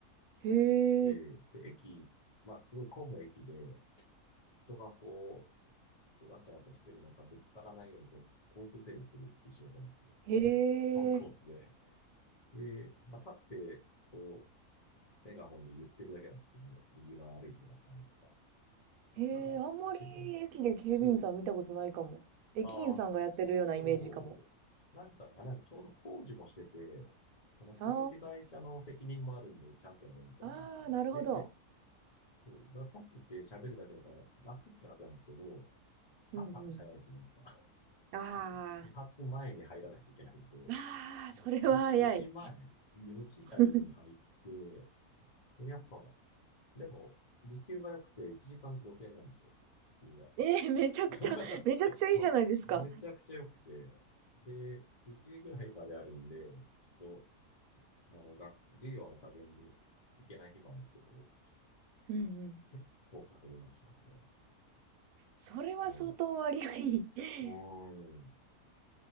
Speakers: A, on the right; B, on the left.
A: へ
B: えーで、
A: え、
B: 駅、まあ、すごい混む駅で、人がこう、わちゃわちゃしてる中、ぶつからないようにこう、交通整理をするっていう仕事なんですよ。
A: へ
B: コンコースで。
A: え、
B: で、まあ、立って、こう、メガホンで言ってるだけなんですけど、右側歩いてくださいとか。だから、
A: へえ、あんまり駅で警備員さん見たことないかも。
B: 仕事、そう
A: 駅員さんがやってるようなイメージかも。
B: ああ、そう。なんかね、あれなんですちょうど工事もしてて、その工事会社の責任もあるんで、
A: あ
B: ちゃんとやるみたいな話で、
A: あ、ああ、なるほど。
B: そう、だから立ってて喋るだけだから楽っちゃ楽なんですけど、朝が早いんですよ、
A: うんうん。
B: やっぱ。<laughs>
A: あ
B: もう始発前に入らないといけないんで、
A: あ、ああ、
B: もうご
A: それは早い。
B: 5, 時前、4時台に入って、
A: <laughs>
B: でやっぱ、でも、時給が良くて1時間5000円なんですよ、時給が。
A: えー、めちゃくちゃ、
B: <laughs>
A: めちゃくちゃいいじゃないですか。
B: そう。めちゃくちゃ良くて。で、9時ぐらいまであるんで、ちょっと、あの、学、授業の加減で行けない日もあるんですけども、
A: うんうん。
B: 結構稼ぎましたね、それは。
A: それは相当割がいい。
B: も
A: <laughs>
B: う、うーん。